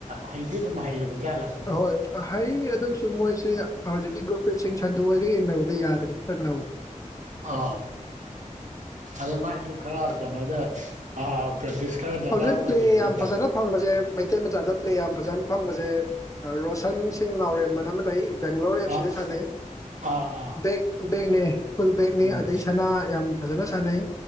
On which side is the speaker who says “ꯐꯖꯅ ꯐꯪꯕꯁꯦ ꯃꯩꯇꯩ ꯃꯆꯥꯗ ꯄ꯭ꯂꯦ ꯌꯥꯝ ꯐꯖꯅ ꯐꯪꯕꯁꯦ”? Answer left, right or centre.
Left